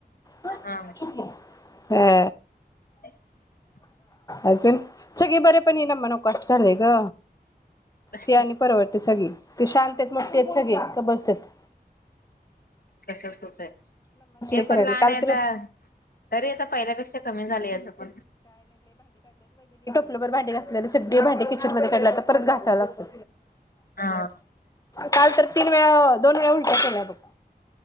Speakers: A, on the left; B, on the left.
A: तू
B: हा.
A: पण हा....
B: <inaudible>
A: अजून.. सगळी बरे पण ये ना लोकांस नको झालंय ग.
B: तस
A: ते आणि परवडते सगळी सुशांत.. तेच म्हत्यांत सगळे का बस्त्यात..
B: कसच होतंय हे
A: करायले
B: पण लहान
A: काल
B: आहे आता
A: तर
B: तरी आता पहिल्यापेक्षा कमी झालं याच पण
A: <unintelligible> बर भांडी घासलेली सग भांडी, किचन मध्ये काढल्या आता तर परत घासावं लागतं
B: हा.
A: काल तर तीन वेळा, दोन वेळा, उलट्या केल्या बघ.